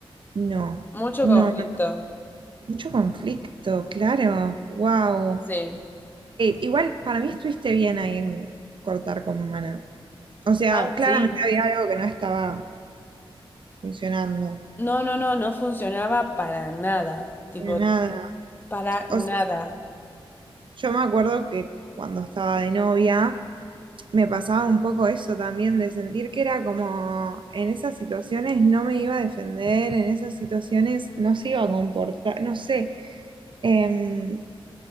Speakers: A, on the right; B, on the left.
A: no,
B: Mucho
A: no,
B: conflicto.
A: no. Mucho conflicto, claro, wow.
B: Sí.
A: igual para mí estuviste bien ahí en cortar con Mana. O sea,
B: Ah,
A: claramente
B: sí.
A: había algo que no estaba funcionando,
B: No, no, no, no funcionaba para nada. Tipo,
A: pero nada.
B: para nada.
A: O sea, yo me acuerdo que cuando estaba de novia. me pasaba un poco eso también, de sentir que era como en esas situaciones no me iba a defender, en esas situaciones no se iba a comportar, no sé, em,